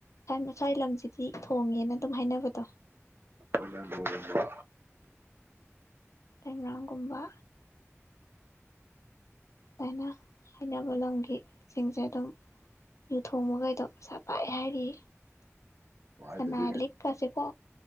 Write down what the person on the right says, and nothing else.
ꯑꯣꯏꯔꯝ ꯑꯣꯏꯔꯝꯕ
ꯍꯥꯏꯗꯗꯤ